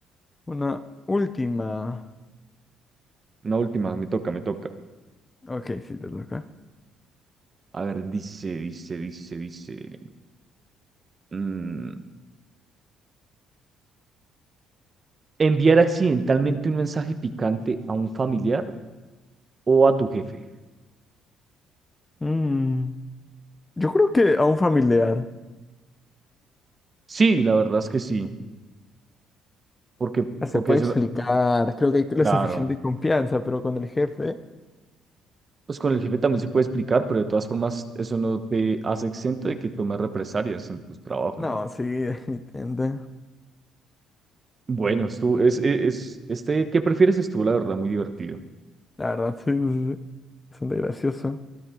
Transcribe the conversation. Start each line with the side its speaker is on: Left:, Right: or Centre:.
Left: una última.
Right: Una última, me toca, me toca.
Left: Ok, sí, te toca.
Right: A ver, dice, dice, dice, dice. mm, enviar accidentalmente un mensaje picante a un familiar o a tu jefe.
Left: Mm, yo creo que a un familiar.
Right: Sí, la verdad es que sí, porque,
Left: Se
Right: porque
Left: puede
Right: eso,
Left: explicar, creo que hay la
Right: claro,
Left: suficiente confianza, pero con el jefe,
Right: pues con el jefe también se puede explicar, pero de todas formas eso no te hace exento de que tomes represalias en tu trabajo,
Left: no,
Right: ¿no?
Left: sí, <laughs> entiende
Right: Bueno, estuvo, es, e- es, este, ¿qué prefieres? Estuvo, la verdad, muy divertido.
Left: La verdad, sí, sí, sí. Bastante gracioso.